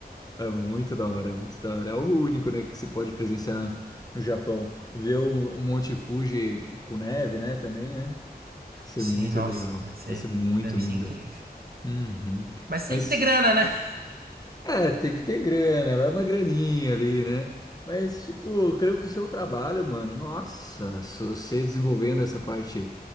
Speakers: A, on the left (about 25°); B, on the right (about 65°).
A: É muito da hora, é muito da hora. É algo único, né, que se pode presenciar no Japão. Ver o um Monte Fuji com neve, né, também, né? Isso
B: Sim,
A: é muito
B: nossa,
A: legal.
B: deve ser,
A: Vai ser muito
B: deve
A: linda.
B: ser incrível.
A: Uhum.
B: Mas tem
A: Mas,
B: que ter grana, né?
A: é, tem que ter grana, vai uma graninha ali, né? Mas, tipo, creio que o seu trabalho, mano, nossa, se você desenvolvendo essa parte